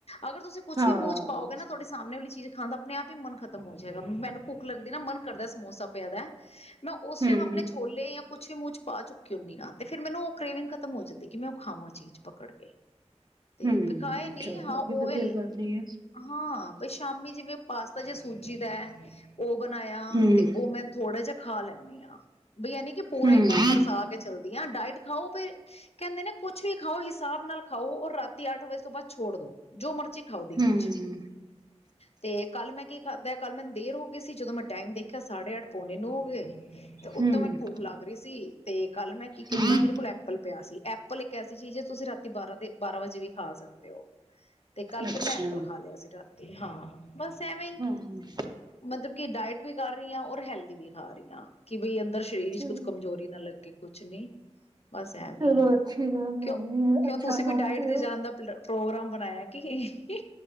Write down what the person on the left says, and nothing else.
ਅਗਰ ਤੁਸੀਂ ਕੁਛ
ਵੀ ਮੁਹ ਚ ਪਾਓਗੇ ਨਾ ਤੁਹਾਡੇ ਸਾਮਣੇ ਵਾਲੀ ਚੀਜ਼ ਖਾਣ ਦਾ ਆਪਣੇ ਆਪ ਹੀ ਮਨ ਖਤਮ ਹੋ ਜਾਏਗਾ, ਮੈਨੂੰ ਭੁੱਖ ਲੱਗਦੀ ਨਾ, ਮਨ ਕਰਦਾ ਸਮੋਸਾ ਪਿਆ ਦੈ। ਮੈਂ ਉਸ
ਟਾਈਮ ਆਪਣੇ ਛੋਲੇ ਜਾਂ ਕੁਛ ਵੀ ਮੂੰਹ 'ਚ ਪਾ ਚੁੱਕ ਹੁੰਦੀ ਹਾਂ। ਫਿਰ ਮੈਨ ਉਹ ਕ੍ਰੇਵਿੰਗ ਖਤਮ ਹੋ ਜਾਂਦੀ ਏ। ਕਿ ਮੈਂ ਉਹ ਖਾਵਾਂ ਚੀਜ਼ ਪਕੜ ਕੇ । ਤੇ,
ਤੇ ਖਾਇਆ ਨਹੀਂ,
ਹਾਂ
ਓ
ਵੈਲ
ਹਾਂ ਬ ਸ਼ਾਮੀ ਜਿਵੇਂ ਪਾਸਤਾ ਜਾਂ ਸੂਜ ਸੂਜੀ ਦੈ, ਉਹ ਬਣਾਇਆ
ਤੇ ਉਹ ਮੈਂ ਥੋੜ੍ਹਾ ਜਾ ਖਾ ਲੈਂਦੀ ਹਾਂ। ਬਈ ਇਹ ਨੀ ਕਿ ਪੂਰਾ
ਹੀ ਮਨ ਤਰਸਾ ਕੇ ਚੱਲਦੀ ਆ, ਡਾਇਟ ਖਾਓ ਫਿਰ ਕਹਿੰਦੇ ਨੇ, ਕੁਛ ਵੀ ਖਾਓ, ਹਿਸਾਬ ਨਾਲ ਖਾਓ । ਔਰ ਰਾਤੀ ਅੱਠ ਵਜੇ ਤੋਂ ਬਾਅਦ ਛੋੜ ਦੋ, ਜੋ ਮਰਜੀ ਖਾਓ ਦਿਨ
ਚ, ਤੇ ਕੱਲ੍ਹ ਮੈਂ ਕੀ ਖਾਧਾ, ਕੱਲ ਮੈਨੂੰ ਦੇਰ ਹੋ ਗਈ ਸੀ। ਜਦੋਂ ਮੈਂ ਟਾਈਮ ਦੇਖਿਆ, ਸਾਢੇ ਅੱਠ ਪੌਣੇ ਨੋਂ ਹੋ ਗਏ ਤੇ ਉੱਤੋਂ
ਮੈਨੂੰ ਭੁੱਖ ਲੱਗ ਰਹੀ ਸੀ, ਤੇ ਕੱਲ ਮੈਂ ਕੀ
ਕੀਤਾ। ਮੇਰੇ ਕੋਲ ਐਪਲ ਪਿਆ ਸੀ। ਐਪਲ ਇੱਕ ਐਸੀ ਚੀਜ਼ ਹੈ ਤੁਸੀਂ ਰਾਤੀ ਬਾਰਾਂ ਦੇ ਬਾਰਾਂ ਵਜੇ ਵੀ ਖਾ ਸਕਦੇ ਹੋ। ਤੇ ਕੱਲ
ਫੇਿ ਮੈਂ ਐਪਲ ਖਾ ਲਿਆ ਸੀ ਰਾਤੀ। ਹਾਂ, ਬਸ ਐਵੇਂ ਹੀ।
ਮਤਲਬ ਕਿ ਡਾਇਟ ਵੀ ਕਰ ਰਹੀ ਹਾਂ ਔਰ ਹੈਲਦੀ ਵੀ ਖਾ ਰਹੀ ਹਾਂ । ਕਿ ਬਈ ਅੰਦਰ ਸਰੀਰ
ਚ ਕੁਛ ਕਮਜ਼ੋਰੀ ਨਾ ਲੱਗੇ। ਕੁਛ ਨੀ, ਬਸ ਐਵੇਂ
ਈ
।ਕਿਉਂ,
ਕਿਉਂ
ਤੁਸੀਂ
ਵੀ ਡਾਇਟ
ਤੇ
ਜਾਣ ਦਾ ਪਲੈ ਪ੍ਰੋਗਰਾਮ ਬਣਾਇਆ ਕੀ? ਹੀਂ ਹੀਂ